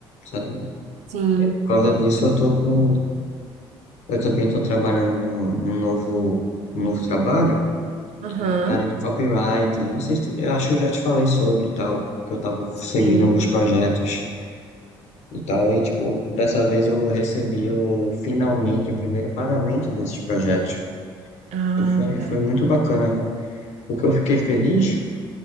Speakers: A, on the left; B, on the right.
A: sabe?
B: Sim.
A: Por causa disso, eu tô com, eu também tô trabalhando num, num novo, num novo trabalho,
B: Aham.
A: que é na área de copywriting. Eu Não sei se, tu- eu acho que eu já te falei sobre e tal, que eu tava seguindo
B: Sim.
A: alguns projetos e tal. E, tipo, dessa vez eu recebi o, finalmente o primeiro pagamento desses projetos.
B: Ah,
A: Então foi,
B: tá.
A: foi
B: entendi.
A: muito bacana. O que eu fiquei feliz